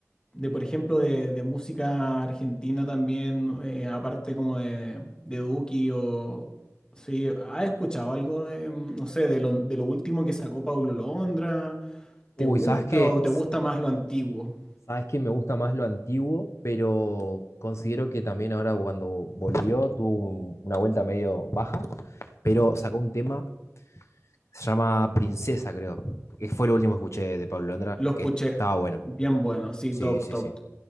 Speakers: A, on the left; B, on the left.
A: de por ejemplo, de, de música argentina también, eh, aparte como de, de Duki o... Sí, ¿has escuchado algo, eh, no sé, de lo, de lo último que sacó Paulo Londra?
B: Uy,
A: ¿Te gusta
B: ¿sabes qué?
A: o te gusta más lo antiguo?
B: Sabes que me gusta más lo antiguo, pero considero que también ahora cuando volvió tuvo un- una vuelta medio baja, pero sacó un tema, se llama Princesa, creo. que Fue lo último que escuché de Pablo Londra,
A: Lo escuché.
B: que estaba bueno.
A: Bien bueno, sí,
B: Sí,
A: top,
B: sí,
A: top.
B: sí.